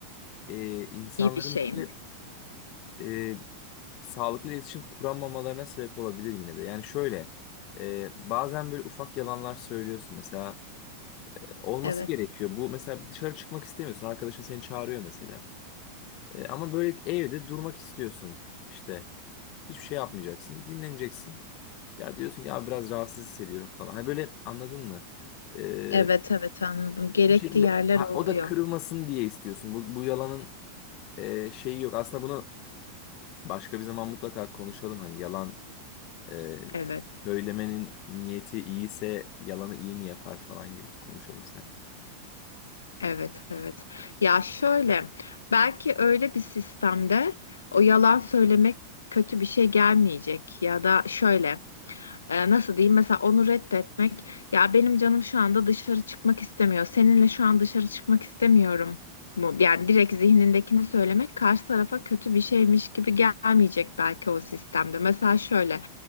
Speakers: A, on the left (about 40°); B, on the left (about 70°).
A: e, insanların
B: İyi bir şey
A: işte
B: mi?
A: e, sağlıklı iletişim kuramamalarına sebep olabilir yine de. Yani şöyle e, bazen böyle ufak yalanlar söylüyorsun mesela e, olması
B: Evet.
A: gerekiyor. Bu mesela dışarı çıkmak istemiyorsun arkadaşın seni çağırıyor mesela. E, ama böyle evde durmak istiyorsun işte. Hiçbir şey yapmayacaksın. Dinleneceksin. Ya diyorsun ki abi biraz rahatsız hissediyorum falan. Hani böyle anladın mı? E,
B: Evet evet anladım. Gerekli
A: bir şekilde
B: yerler
A: ha,
B: oluyor.
A: o da kırılmasın diye istiyorsun. Bu, bu yalanın e, şeyi yok. Aslında bunu başka bir zaman mutlaka konuşalım. Hani yalan e,
B: Evet,
A: söylemenin niyeti iyiyse yalanı iyi mi yapar falan gibi konuşalım seninle.
B: evet, evet. Ya şöyle, belki öyle bir sistemde o yalan söylemek kötü bir şey gelmeyecek ya da şöyle e, nasıl diyeyim mesela onu reddetmek ya benim canım şu anda dışarı çıkmak istemiyor seninle şu an dışarı çıkmak istemiyorum mu yani direkt zihnindekini söylemek karşı tarafa kötü bir şeymiş gibi gelmeyecek belki o sistemde mesela şöyle